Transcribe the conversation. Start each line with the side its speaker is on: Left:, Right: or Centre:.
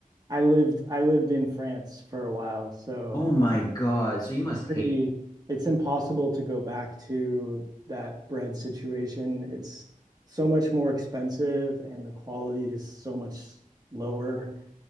Right: I lived I lived in France for a while, so
Left: oh my God. So you must
Right: pretty
Left: hate
Right: it's impossible to go back to that bread situation. It's so much more expensive and the quality is so much lower.